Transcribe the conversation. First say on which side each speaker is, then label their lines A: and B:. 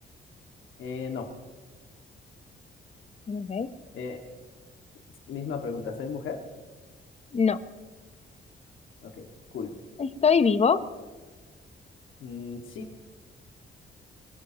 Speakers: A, on the left; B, on the left.
A: Eh, no,
B: Ok,
A: eh, misma pregunta, ¿soy mujer?
B: no.
A: Ok, cool.
B: ¿Estoy vivo?
A: Mm, sí.